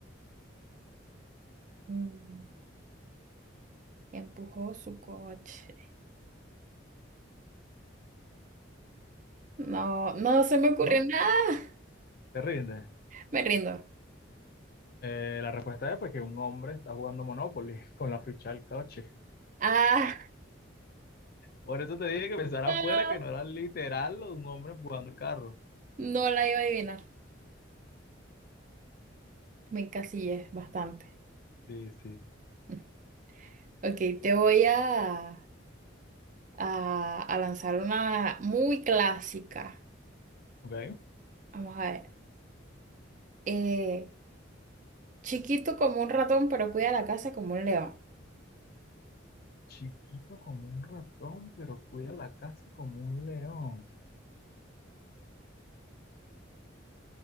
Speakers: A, on the right (about 40°); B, on the left (about 50°).
A: <laughs> Mm, Empujó su coche. No, no se me ocurre
B: ¿No?
A: nada.
B: Te rinde.
A: Me rindo.
B: Eh, la respuesta es pues que un hombre está jugando Monopoly <laughs> con la ficha del coche.
A: Ah,
B: Por eso te dije que pensara
A: <laughs>
B: afuera que no era literal lo de un hombre empujando el carro.
A: no, no la iba a adivinar. Me encasillé bastante.
B: Sí, sí.
A: <laughs> Ok, te voy a, a- a lanzar una muy clásica.
B: Ok.
A: Vamos a ver. Eh, chiquito como un ratón, pero cuida la casa como un león.
B: Chiquito como un ratón, pero cuida la casa como un león.